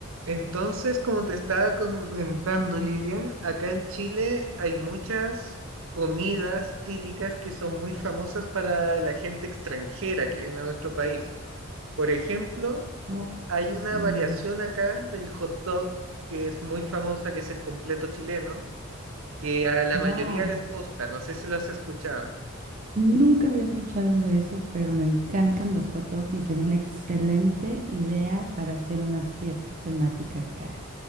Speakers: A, on the right (about 70°); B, on the right (about 35°).
A: Entonces, como te estaba comentando, Lilia, acá en Chile hay muchas comidas típicas que son muy famosas para la gente extranjera que viene a nuestro país. Por ejemplo,
B: Oh,
A: hay
B: sí.
A: una variación acá del hot dog que es muy famosa, que es el completo chileno, que a la
B: Wow.
A: mayoría les gusta. No sé si lo has escuchado.
B: Nunca había escuchado de eso, pero me encantan los hot dogs y sería una excelente idea para hacer una fiesta temática acá.